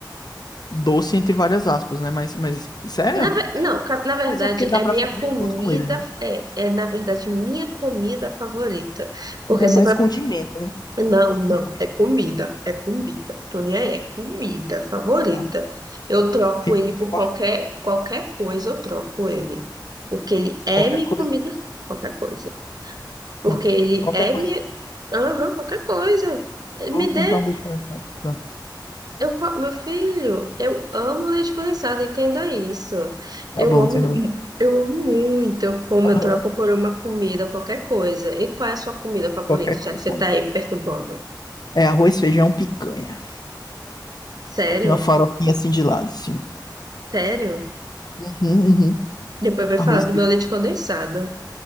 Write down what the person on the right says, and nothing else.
Na, ve- não, ca- na verdade,
é
minha
comida.
É, é, na verdade, minha comida favorita. Porque
você
vai.
Não, não.
É comida.
É comida. Tony é comida favorita.
Eu troco
ele
por
qualquer, qualquer coisa, eu troco ele. Porque ele é
minha
comida, qualquer coisa. Porque
ele
é
minha. Aham, qualquer coisa.
Me
dê.
Eu, co- meu filho, eu amo leite condensado, entenda isso.
Eu
amo,
eu amo muito. Eu como,
eu troco por uma comida, qualquer coisa. E qual é a sua comida favorita,
já que você
tá
aí me perturbando?
Sério?
Sério?
Depois vai
falar do
meu leite condensado.